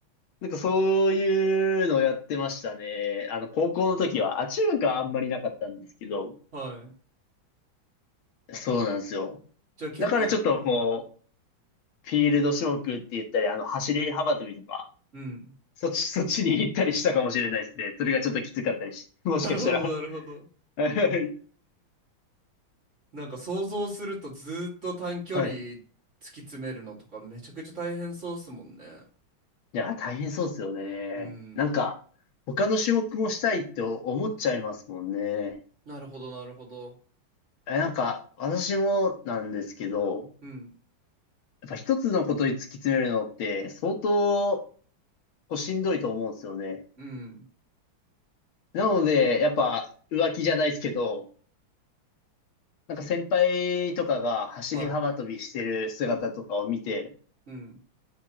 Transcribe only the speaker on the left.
なんかそういうのをやってましたね。あの、高校の時は、あ、中学はあんまりなかったんですけど、
そうなんですよ。
だからちょっとこ
フィールド種目って言ったり、あの、走り幅跳びとか、
そっち、<laughs> そっちに行ったりしたかもしれないですね。それがちょっときつかったりし、もしかしたら
<laughs>
は
い。<laughs> いや、大変そうですよね。
なんか、他の種目もしたいって思っちゃいますもんね。
え、なんか、私もなんですけど、
やっぱ一つのことに突き詰めるのって相当こうしんどいと思うんですよね。
なので、やっぱ浮気じゃないですけど、なんか先輩とかが走り幅跳びしてる姿とかを見て、